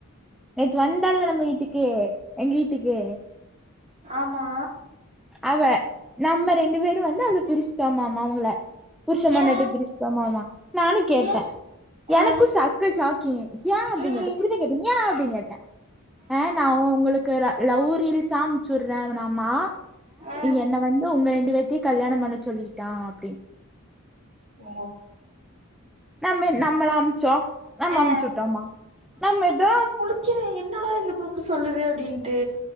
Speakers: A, in the centre; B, on the right (about 30°).
A: நேத்து வந்தால நம்ம வீட்டுக்கு எங்க வீட்டுக்கு
B: ஆமா
A: அவ நம்ம ரெண்டு பேரு வந்து அவ்ள பிரிச்ட்டோ மாமா அவங்கள புருஷ
B: ஏ
A: பொண்டாட்டிய பிரிச்சிட்டோ மாமா நானு கேட்டே
B: ஏ ஆ
A: எனக்கு சக்க சாக்கிங் ஏ அப்டினு
B: ம்
A: கேட்ட புரி ல கேட்ட ஏ அப்டின் கேட்டே ஆ நா ஒங்களுக் குர லவ் ரில்ஸ்ஸா அம்சு உடுற நாமா
B: ஆ
A: என்ன வந்து உங்க ரெண்டு பேத்தயு கல்யாண பண்ணு சொல்லிட்டா அப்டின்
B: ஓ
A: நம்ம நம்மளா அனுப்ச்சோ நம்ம
B: ஆ
A: அனுப்ச்சுட்டோம்மா நம்ம எதோ
B: க்கிறே என்னடா இந்த குரூப்ல சொல்லுது அப்டின்ட்டு